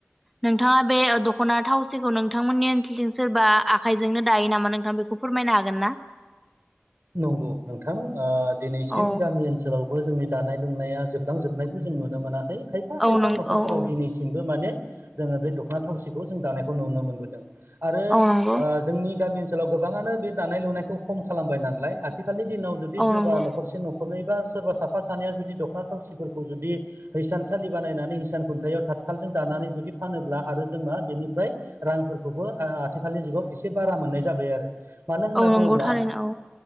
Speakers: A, in the centre; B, on the right.
A: नोंथाङा बे दख'ना थावसिखौ नोंथांमोननि ओनसोलथिं सोरबा आखाइजोंनो दायो नामा नोंथां बेखौ फोरमायनो हागोन ना?
B: नंगौ नोंथां। ओ दिनैसिम
A: औ
B: गामि ओनसोलाव बो जोंनि दानाय लुनाया जोबलांजोबनायखौ जों नुनो मोनाखै। खायफा खायफा
A: औ नों
B: न'खरफोराव
A: औ औ
B: दिनैसिमबो माने जोङो बे दख'ना थावसिखौ जों दानायखौ नुनो मोनबोदों आरो
A: औ नंगौ
B: ओ जोंनि गामि ओ सोलाव गोबाङानो बे दानाय लुनायखौ खम खालामबाय नालाय आथिखालनि दिनाव जुदि
A: औ
B: सोरबा
A: नंगौ
B: न'खरसे न' नखरनैबा सोरबा साफा सानैया जुदि दख'ना थावसिफोरखौ जुदि हिसानसालि बानायनानै हिसान खुन्थायाव था खालजों दानानै जुदि फानोब्ला आरो जों मा बेनिफ्राय रांफोरखौबो ओ आथिखालनि जुगाव एस एसे बारा मोननाय जाबाय आरो। मानो होनना
A: औ नंगौ
B: बुङोब्ला
A: थारैनो औ